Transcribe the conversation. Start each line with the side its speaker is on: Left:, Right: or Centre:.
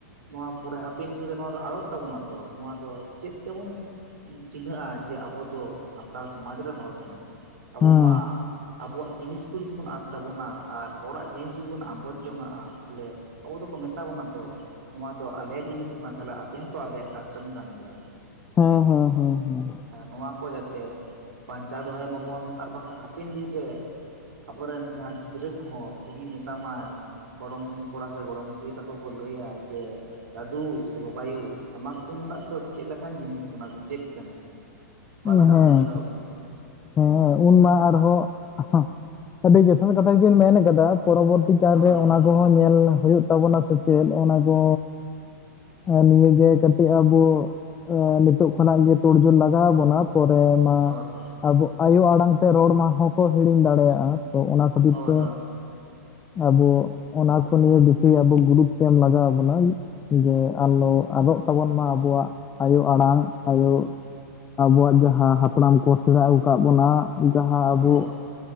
Right: ᱱᱚᱣᱟ ᱯᱚᱨᱮ ᱦᱟᱯᱮᱱ ᱫᱤᱱ ᱨᱮ ᱱᱚᱣᱟ ᱫᱚ ᱟᱲᱚᱜ ᱛᱟᱵᱚᱱᱟ ᱛᱚ ᱱᱚᱣᱟ ᱟᱫᱚ ᱪᱮᱫ ᱛᱮᱵᱚᱱ ᱪᱤᱱᱦᱟᱹᱜ-ᱟ ᱡᱮ ᱟᱵᱚ ᱫᱚ ᱥᱟᱱᱛᱟᱲ ᱥᱚᱢᱟᱡᱽ ᱨᱮᱱ ᱦᱚᱲ ᱠᱟᱱᱟ ᱵᱚᱱ ᱾ ᱟᱵᱚ
Left: ᱦᱮᱸ ᱦᱮᱸ
Right: ᱢᱟ ᱟᱵᱚᱣᱟᱜ ᱡᱤᱱᱤᱥ ᱠᱩ ᱡᱩᱫᱤ ᱵᱚᱱ ᱟᱫ ᱛᱟᱵᱚᱱᱟ ᱟᱨ ᱦᱚᱲᱟᱜ ᱡᱤᱱᱤᱥ ᱡᱩᱫᱤ ᱵᱚᱱ ᱟᱸᱜᱚᱡ ᱡᱚᱝᱟᱜ-ᱟ ᱛᱷᱟᱞᱮᱼᱼ ᱟᱵᱚ ᱫᱚᱠᱚ ᱢᱮᱛᱟ ᱵᱚᱱᱟ ᱛᱚ ᱱᱚᱣᱟ ᱫᱚ ᱟᱞᱮᱭᱟᱜ ᱡᱤᱱᱤᱥ ᱠᱟᱱᱟ ᱛᱷᱟᱞᱮ ᱟᱯᱮ ᱦᱚᱸᱛᱚ ᱟᱞᱮᱭᱟᱜ ᱠᱟᱥ ᱨᱮᱱᱼᱼ ᱠᱟᱱ ᱜᱮᱭᱟ ᱯᱮ ᱾
Left: ᱦᱚᱸ ᱦᱚᱸ ᱦᱚᱸ ᱦᱚᱸ᱾
Right: ᱦᱮᱸ ᱱᱚᱣᱟ ᱠᱚ ᱡᱟᱛᱮ ᱵᱟᱧᱪᱟᱣ ᱫᱚᱦᱚᱭ ᱢᱟᱵᱚᱱ ᱟᱨ ᱵᱟᱠᱷᱟᱱ ᱦᱟᱯᱮᱱ ᱫᱤᱱ ᱨᱮᱼᱼ ᱟᱵᱚ ᱨᱮᱱ ᱡᱟᱦᱟᱸᱭ ᱜᱤᱫᱽᱨᱟᱹ ᱠᱚ ᱦᱚᱸ ᱡᱩᱫᱤᱭ ᱢᱮᱛᱟ ᱢᱟᱭᱼᱼ ᱜᱚᱲᱚᱢ ᱠᱚᱲᱟ ᱥᱮ ᱜᱚᱲᱚᱢ ᱠᱩᱲᱤ ᱛᱟᱠᱚ ᱠᱚ ᱞᱟᱹᱭᱟ ᱡᱮᱼᱼ ᱫᱟᱫᱩ ᱥᱮ ᱵᱟ ᱵᱟᱭᱩ ᱴᱟᱢᱟᱠ ᱛᱩᱢᱫᱟᱜᱼᱼ ᱫᱚ ᱪᱮᱜ ᱞᱮᱠᱟᱱ ᱡᱤᱱᱤᱥ ᱠᱟᱱᱟ ᱥᱮ ᱪᱮᱫ ᱠᱟᱱᱟ ᱚᱠᱟ
Left: ᱦᱮᱸ
Right: ᱞᱮᱠᱟᱢ
Left: ᱦᱮᱸ
Right: ᱵᱩᱡᱷᱟᱹᱣᱟ ᱩᱱ ᱫᱚ᱾
Left: ᱦᱮᱸ ᱩᱱ ᱢᱟ ᱟᱨ ᱦᱚᱸ <inaudible> ᱟᱹᱰᱤ ᱡᱚᱛᱷᱟᱛ ᱠᱟᱛᱷᱟ ᱜᱮᱵᱤᱱ ᱢᱮᱱ ᱠᱟᱫᱟ ᱯᱚᱨᱚᱵᱚᱨᱼᱼ ᱛᱤ ᱠᱟᱨ
Right: ᱦᱳᱭ
Left: ᱨᱮ ᱚᱱᱟ ᱠᱚ ᱦᱚᱸ ᱧᱮᱞ ᱦᱳᱭᱳᱜ ᱛᱟᱵᱚᱱᱟ ᱥᱮ ᱪᱮᱫ ᱚᱱᱟ ᱠᱚ ᱦᱮᱸ ᱱᱤᱭᱟᱹ ᱜᱮ ᱠᱟᱹᱴᱤᱡ ᱟᱵᱚ ᱚᱻ ᱱᱤᱛᱚᱜ ᱠᱷᱚᱱᱟᱜ ᱜᱮ ᱛᱳᱲᱼᱡᱳᱲ ᱞᱟᱜᱼᱼ ᱜᱟᱣ ᱵᱚᱱᱟ ᱯᱚᱨᱮ ᱢᱟ᱾
Right: ᱦᱳᱭ ᱦᱳᱭ
Left: ᱟᱵᱚ ᱟᱭᱳ ᱟᱲᱟᱝ ᱛᱮ ᱨᱚᱲ ᱢᱟ ᱦᱚᱸ ᱠᱚ ᱦᱤᱲᱤᱧ ᱫᱟᱲᱮᱭᱟᱜ-ᱟ ᱛᱚ ᱚᱱᱟ ᱠᱷᱟᱹᱛᱤᱨ
Right: ᱦᱳᱭ
Left: ᱛᱮᱼᱼ ᱟᱵᱚ ᱚᱱᱟ ᱠᱚ ᱱᱤᱭᱮ ᱵᱤᱥᱤ ᱟᱵᱚ ᱜᱩᱨᱩᱛᱳ ᱛᱮᱢ ᱞᱟᱜᱟᱣ ᱵᱚᱱᱟ᱾ ᱡᱮ ᱟᱞᱚ ᱟᱫᱚᱜ ᱛᱟᱵᱚᱱ ᱢᱟ ᱟᱵᱚᱣᱟᱜ ᱟᱭᱳ ᱟᱲᱟᱝ ᱟᱭᱳ ᱟᱵᱚᱣᱟᱜ ᱡᱟᱦᱟᱸ ᱦᱟᱯᱲᱟᱢ ᱠᱚ ᱥᱮᱬᱟ ᱟᱹᱜᱩ ᱠᱟᱜ ᱵᱚᱱᱟ ᱡᱟᱦᱟᱸ ᱟᱵᱩ
Right: ᱦᱳᱭ ᱦᱳᱭ